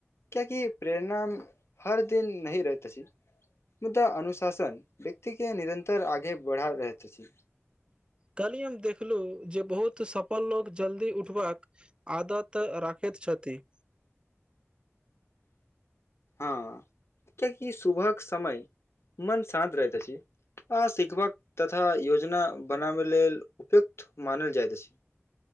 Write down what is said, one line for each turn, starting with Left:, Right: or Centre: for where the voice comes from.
Left: कियाकि प्रेरणा हर दिन नही रहत छी। मुदा अनुशासन व्यक्ति के निरन्तर आगे बढ़ा रहैत अछि
Right: कली हम देखलहु जे बहुत सफल लोक जल्दी उठबाक आदत राखैत छथि
Left: हँ कियकि सुबहक समय मन शांत रहैत अछी आ सिखबाक तथा योजना बनाबे लेल उपयुक्त मानल जायइत अछि